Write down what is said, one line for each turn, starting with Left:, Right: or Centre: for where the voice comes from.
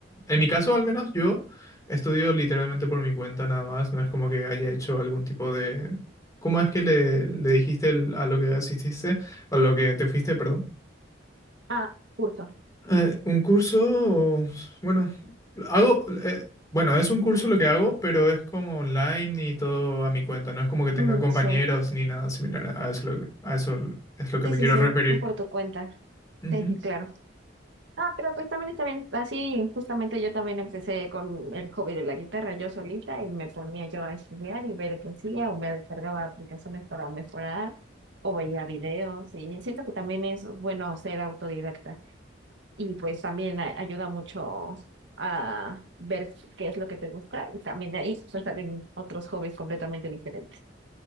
Left: en mi caso al menos yo estudio literalmente por mi cuenta nada más, no es como que haya hecho algún tipo de... ¿Cómo es que le, le dijiste el- a lo que asististe, a lo que te fuiste, perdón?
Right: Ah, curso.
Left: Eh, un curso, o- bueno, hago, eh, bueno, es un curso lo que hago, pero es como online y todo a mi cuenta, no es como que tenga
Right: Mm,
Left: compañeros
Right: sí,
Left: ni nada similar, a eso, lo- a eso es lo que
Right: sí,
Left: me
Right: sí,
Left: quiero
Right: sí,
Left: referir.
Right: tú por tu cuenta.
Left: Ujú.
Right: Sí, sí, claro. Ah, pero pues también está bien. Así, justamente yo también empecé con el hobby de la guitarra yo solita y me ponía yo a estudiar y ver qué hacía o me descargaba aplicaciones para mejorar o veía videos y siento que también es bueno ser autodidacta. Y pues también a- ayuda mucho a ver qué es lo que te gusta. Y también de ahí pues salen otros hobbies completamente diferentes.